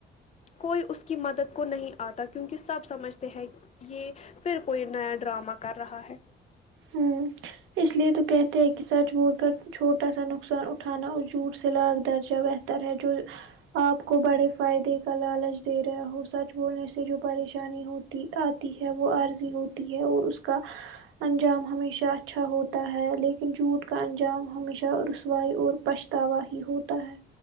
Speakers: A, on the left; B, on the right.
A: کوئی اس کی مدد کو نہیں آتا کیونکہ سب سمجھتے ہیں یہ پھر کوئی نیا ڈرامہ کر رہا ہے
B: ہوں اس لیے تو کہتے ہیں کہ سچ بول کر چھوٹا سا نقصان اٹھانا اور جھوٹ سے لاکھ درجہ بہ تر ہے جو آپ کو بڑے فائدے کا لالچ دے رہے ہو سچ بولنے سے جو پریشانی ہوتی آ تی ہے وہ عارضی ہوتی ہے اور اس کا انجام ہمیشہ اچھا ہو تا ہے لیکن جھوٹ کا انجام ہمیشہ رسوائی اور پچھتاوا ہی ہوتا ہے